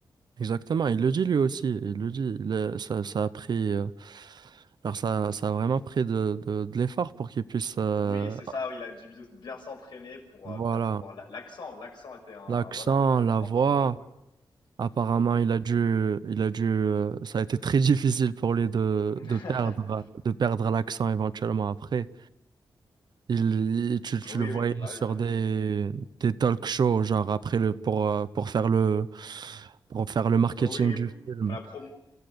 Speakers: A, on the right; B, on the left.
A: Exactement, il le dit lui aussi, il le dit, il a- ça, ça a pris, euh, alors ça, ça a vraiment pris de, de, de l'effort pour qu'il puisse, euh,
B: Oui, c'est ça. Il a dû bien s'entraîner pour
A: voilà,
B: euh, bien pouvoir la- l'accent. L'accent était un
A: l'accent,
B: voilà très
A: la
B: important
A: voix,
B: pour le rôle.
A: apparemment
B: Mhm.
A: il a dû, il a dû, euh, ça a été très <laughs> difficile pour lui de,
B: <laughs>
A: de perdre, de perdre l'accent éventuellement après. Il, il- tu, tu
B: Oui,
A: le voyais
B: oui, bah
A: sur
B: ouais, j'imagine.
A: des, des talk shows, genre après le, pour, euh, pour faire le, pour faire le marketing
B: Oui,
A: du
B: pour
A: film.
B: pour la promo,